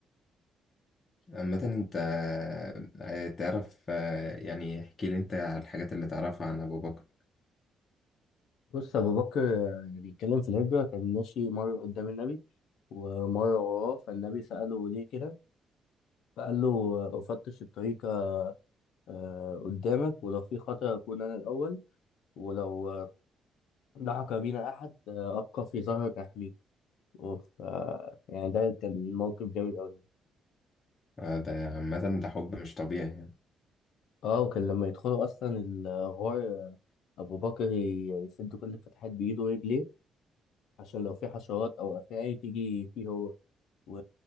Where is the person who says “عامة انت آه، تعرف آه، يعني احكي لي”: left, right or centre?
Left